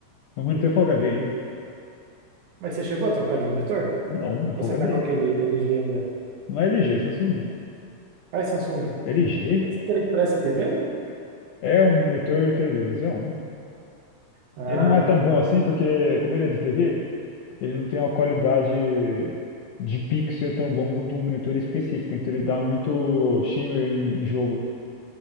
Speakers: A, on the left; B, on the right.
A: Meu monitor é Full HD ainda.
B: Mas você chegou a trocar de monitor?
A: Não, é
B: Ou
A: Full
B: você tá
A: HD.
B: com aquele LG ainda?
A: Não é LG, é Samsung.
B: Ai, Samsung,
A: LG
B: mas é aquele que parece a TV?
A: é um monitor televisão.
B: Ah,
A: Ele não é tão bom assim porque, como ele é de TV, ele não tem uma qualidade de pixel tão bom quanto um monitor específico. Então ele dá muito shimmer em, em jogo.